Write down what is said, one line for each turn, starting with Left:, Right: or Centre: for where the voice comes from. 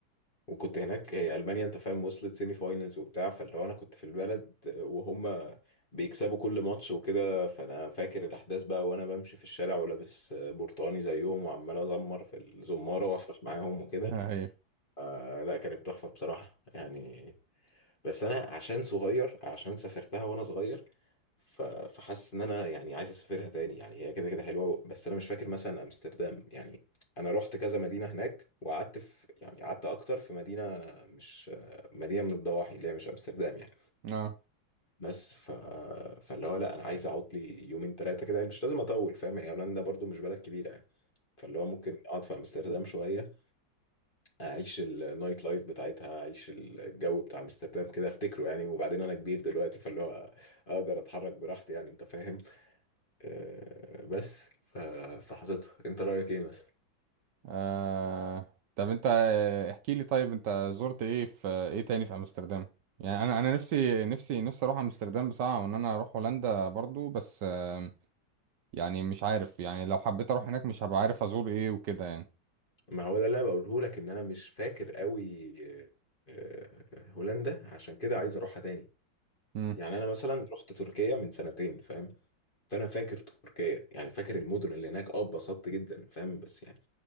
Left: وكنت هناك هي المانيا انت فاهم وصلت سيمي فاينلز وبتاع فاللي هو انا كنت في البلد وهم بيكسبوا كل ماتش وكده فانا فاكر الاحداث بقى وانا بمشي في الشارع ولابس برتقاني زيهم وعمال ازمر في الزماره وافرح معاهم وكده
Right: <laughs> هي
Left: آه لا كانت تحفه بصراحه يعني بس انا عشان صغير عشان سافرتها وانا صغير ف- فحاسس ان انا يعني عايز اسافرها تاني يعني هي كده كده حلوه بس انا مش فاكر مثلا امستردام يعني انا رحت كذا مدينه هناك وقعدت في يعني قعدت اكتر في مدينه مش مدينه من الضواحي اللي هي مش امستردام يعني
Right: اه
Left: بس ف... فاللي هو لا انا عايز اقعد لي يومين ثلاثه كده مش لازم اطول فاهم هي هولندا برضو مش بلد كبيره يعني فاللي هو ممكن اقعد في امستردام شويه اعيش النايت لايف بتاعتها اعيش الجو بتاع امستردام كده افتكره يعني وبعدين انا كبير دلوقتي فاللي هو اقدر اتحرك براحتي يعني انت فاهم أه بس ف- فحاططها انت رايك ايه مثلا
Right: آه... طب انت احكي لي طيب انت زرت ايه في ايه تاني في امستردام يعني انا انا نفسي نفسي نفسي اروح امستردام بصراحة وان انا اروح هولندا برضو بس آه... يعني مش عارف يعني لو حبيت اروح هناك مش هبقى عارف ازور ايه وكده يعني
Left: ما هو ده اللي انا بقوله لك ان انا مش فاكر قوي أه هولندا عشان كده عايز اروحها تاني
Right: امم
Left: يعني انا مثلا رحت تركيا من سنتين فاهم فانا فاكر تركيا يعني فاكر المدن اللي هناك اه اتبسطت جدا فاهم بس يعني